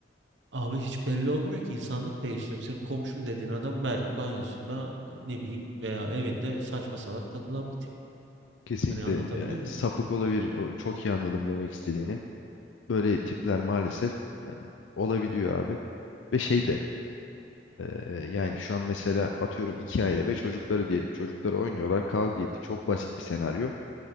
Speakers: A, on the right (about 75°); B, on the left (about 85°).
A: abi hiç belli olmuyor ki insanlık değişti. Sen komşum dediğin adam belki banyosunda ne bileyim veya evinde saçma salak takılan bir tip.
B: Kesinlikle
A: Hani anlatabiliyor
B: yani
A: muyum?
B: sapık olabilir. O- Çok iyi anladım demek istediğini. Böyle tipler maalesef e, olabiliyor abi. Ve şey de e, yani şu an mesela atıyorum iki aile ve çocukları diyelim. Çocukları oynuyorlar kavga etti. Çok basit bir senaryo.